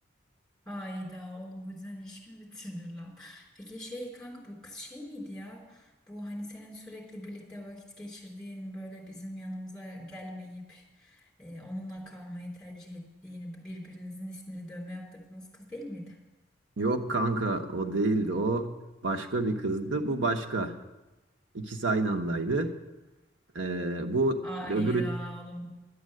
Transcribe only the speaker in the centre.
Hayda oğlum bu yüzden ilişkimi bitirir lan. Peki şey kanka bu kız şey miydi ya? Bu hani senin sürekli birlikte vakit geçirdiğin böyle bizim yanımıza gelmeyip e, onunla kalmayı tercih ettiğin birbirinizin ismini dövme yaptırdığınız kız değil miydi?
Hayda
oğlum